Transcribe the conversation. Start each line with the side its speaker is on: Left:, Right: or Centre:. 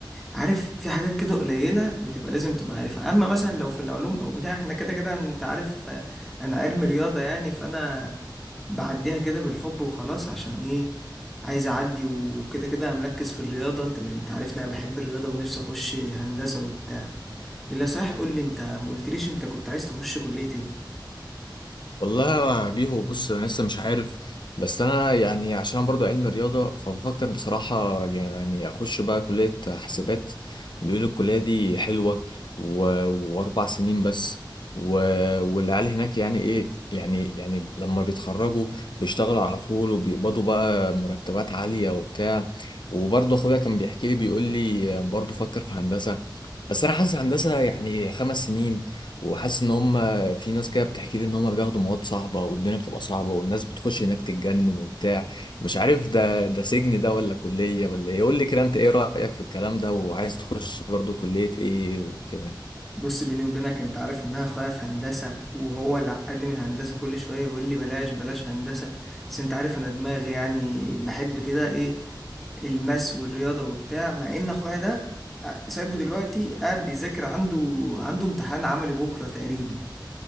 Centre: عارف في حاجات كده قليلة بتبقى لازم تبقى عارفها اما مثلا لو في العلوم او بتاع احنا كده كده انت عارف آه، انا علم رياضة يعني فانا بعديها كده بالحب وخلاص عشان ايه عايز اعدي وكده كده مركز في الرياضة انت انت عارفني انا بحب الرياضة ونفسي اخش هندسة وبتاع الا صحيح قول لي انت ما قلتليش انت كنت عايز تخش كلية ايه
Left: والله يا بيهو بص انا لسه مش عارف بس انا يعني عشان انا برضو علم رياضه فبفكر بصراحه يعني اخش بقى كليه حاسبات بيقولوا الكليه دي حلوه و... واربع سنين بس و... والعيال هناك يعني ايه يعني يعني لما بيتخرجوا بيشتغلوا على طول وبيقبضوا بقى مرتبات عاليه وبتاع وبرضه اخويا كان بيحكي لي بيقول لي برضه فكر في هندسه بس انا حاسس هندسه يعني خمس سنين وحاسس ان هم في ناس كده بتحكي لي ان هم بياخدوا مواد صعبه والدنيا بتبقى صعبه والناس بتخش هناك تتجنن وبتاع مش عارف ده ده سجن ده ولا كليه ولا ايه قول لي كده انت ايه رايك في الكلام ده وعايز تخش برضو كليه ايه وكده
Centre: بص بيني وبينك انت عارف ان انا اخويا في هندسة وهو اللي عقدني من هندسة كل شوية يقول لي بلاش بلاش هندسة بس انت عارف انا دماغي يعني بحب كده ايه الماس والرياضة وبتاع مع ان اخويا ده سايبه دلوقتي قاعد بيذاكر عنده عنده امتحان عملي بكرة تقريبا